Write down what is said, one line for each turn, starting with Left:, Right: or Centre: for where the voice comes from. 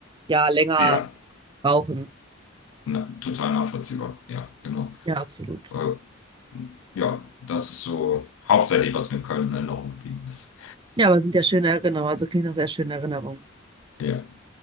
Right: ja, länger
Left: Ja,
Right: brauchen.
Left: na, total nachvollziehbar. Ja, genau.
Right: Ja, absolut.
Left: Äh, ja, das ist so hauptsächlich, was mir in Köln in Erinnerung geblieben ist.
Right: Ja, aber es sind ja schöne Erinnerungen, also klingt nach sehr schönen Erinnerungen.
Left: Ja.